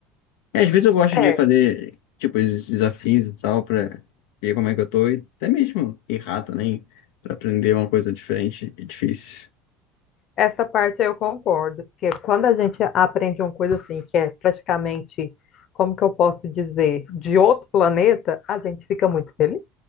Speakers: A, on the left; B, on the left.
A: É, às vezes eu gosto
B: É,
A: de fazer, tipo, esses desafios e tal, pra ver como é que eu tô, e até mesmo errar também, pra aprender uma coisa diferente e difícil.
B: essa parte eu concordo, porque quando a gente aprende uma coisa assim, que é praticamente, como que eu posso dizer, de outro planeta, a gente fica muito feliz.